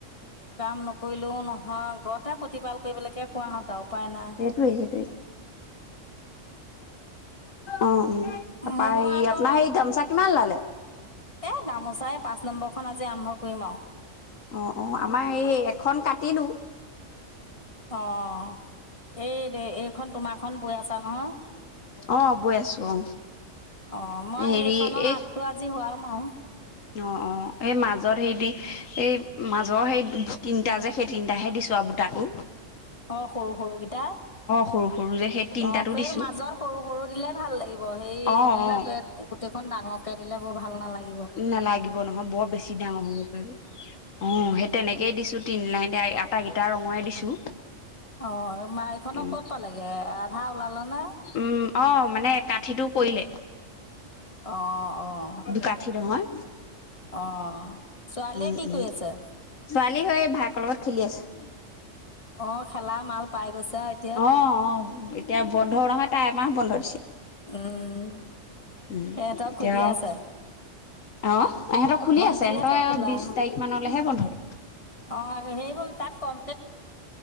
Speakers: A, on the left (about 25°); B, on the left (about 80°).
A: কাম নকৰিলেও নহয় ঘৰত। তাৰ প্ৰতিপাল কৰিবলৈকে কোৱাহঁত আও উপায় নাই।
B: সেইটোৱেই অ' উম। তাপা
A: মই
B: সেই
A: আকৌ
B: আপোনাৰ সেই গামোচা কিমান ওলালে।
A: এ গামোচা এই পাচ নম্বৰখন আজি আৰম্ভ কৰিম আৰু।
B: অ', অ', আমাৰ এই এখন কাটিলো।
A: অ'। এই দে এইখন তোমাৰখন বৈ আছা নহয়।
B: অ বৈ আছো অ
A: অ' মই
B: হেৰি
A: এইখনৰ
B: এই
A: আগটো আজি হুৱাম আৰু।
B: অ', অ' এই মাজত হেইদি এই মাজৰ সেই তিনটা যে সেই তিনটাহে দিছো আৰু। তাকো।
A: অ' সৰু সৰুকেইটা।
B: সৰু সৰু যে সেই তিনটাতো
A: অ' সেই
B: দিছো
A: মাজত সৰু সৰু দিলে ভাল লাগিব সেই
B: অ
A: মানে-
B: অ
A: গুটি খন ডাঙৰকে দিলে বৰ ভাল নালাগে।
B: নালাগিব নহয় বৰ বেছি ডাঙৰ হ'ব পাৰিব। অ', সেই তেনেকেই দিছো তিন লাইন এই আটাইকেইটা ৰঙৰে দিছো।
A: অ', এই মাইখন
B: উম
A: ক'ত পালেগে আধা ওলালে নে?
B: উম, অ', মানে কাঠিটো পৰিলে।
A: অ', অ',
B: কাঠি নহয়।
A: অ', ছোৱালীয়ে
B: উম
A: কি
B: উম
A: কৰি আছে?
B: ছোৱালী সৈ ভায়েকৰ লগত খেলি আছে।
A: অ', খেলা মাল পাই গৈছে আও এতিয়া।
B: অ', অ', এতিয়া বন্ধ নহয় তাই এমাহ বন্ধ দিছে।
A: উম,
B: উম
A: ইহঁতক
B: এতিয়া
A: খুলি আছে।
B: অ' ইহঁতৰ খুলি
A: ভন্টিহঁতৰ
B: আছে ইহতৰ
A: খোলা
B: বিশ তাৰিখ মানলৈহে বন্ধ দিব।
A: অ' সেই হল তাত কম।